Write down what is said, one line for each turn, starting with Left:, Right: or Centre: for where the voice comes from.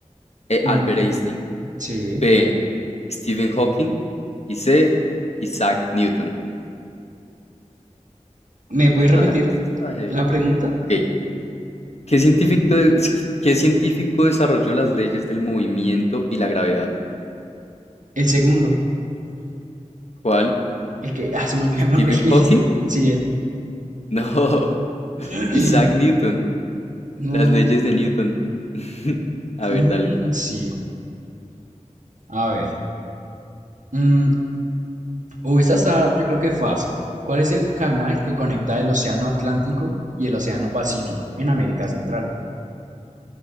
Left: E.
Right: Mm,
Left: Albert Einstein.
Right: sí.
Left: B. Stephen Hawking. Y C. Isaac Newton.
Right: ¿Me puedes
Left: Esta
Right: repetir
Left: está, esta está heavy.
Right: la pregunta?
Left: Ok, ¿Qué científico, des- qué científico desarrolló las leyes del movimiento y la gravedad?
Right: El segundo,
Left: ¿Cuál?
Right: el que... Ah, se me olvidó
Left: ¿Stephen
Right: el nombre, el que
Left: Hawking?
Right: dijiste. Sí, él.
Left: No. <laughs>
Right: <clears throat>
Left: Isaac Newton.
Right: No.
Left: Las leyes de Newton. <laughs> A
Right: mm,
Left: ver, dale.
Right: sí, a ver. Mm, uh, esta está, yo creo que fácil. ¿Cuál es el canal que conecta el Océano Atlántico y el Océano Pacífico en América Central?